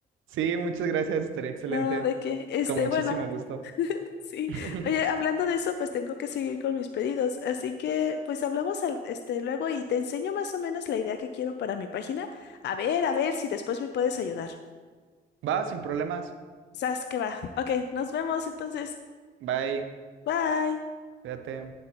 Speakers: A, on the right (about 80°); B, on the left (about 60°).
A: Sí, muchas gracias, estaría excelente,
B: No, de que, este,
A: con muchísimo
B: bueno.
A: gusto.
B: Sí.
A: <laughs>
B: Oye, hablando de eso, pues tengo que seguir con mis pedidos. Así que, pues hablamos al, este, luego y te enseño más o menos la idea que quiero para mi página. A ver, a ver si después me puedes ayudar.
A: Va, sin problemas.
B: Sas, que va. Ok, nos vemos entonces.
A: Bye,
B: Bye.
A: cuídate.